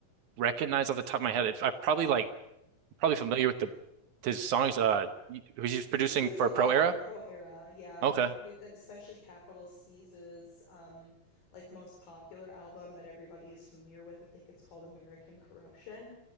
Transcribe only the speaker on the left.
He's produced
a lot
for Pro Era. Yeah,
he produ especially Capital Sneezes, um, like most popular album that everybody is familiar with. I think it's called American Corruption.